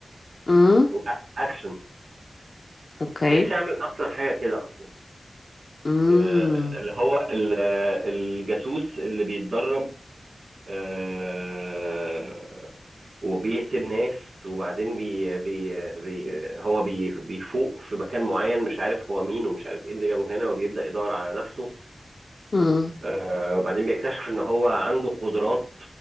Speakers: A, on the left (about 50°); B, on the right (about 70°).
A: Mm,
B: واكشن
A: اوكي
B: نفسي اعمل اصلا حاجه كده اصلا
A: امم
B: آه، اللي هو ال- الجاسوس اللي بيتدرب آه، وبيقتل ناس وبعدين بي بي بي هو بي بيفوق في مكان معين مش عارف هو مين ومش عارف ايه اللي جابه هنا وبيبدأ يدور على نفسه
A: امم
B: آه، وبعدين بيكتشف ان هو عنده قدرات